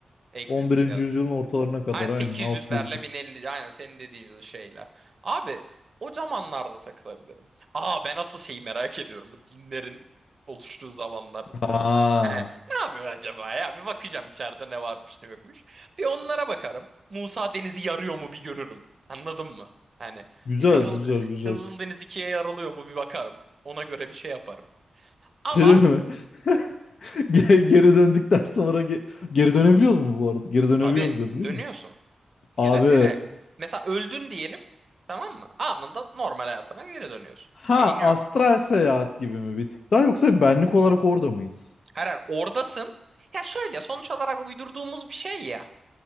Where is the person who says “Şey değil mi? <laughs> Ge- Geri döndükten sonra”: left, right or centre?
Left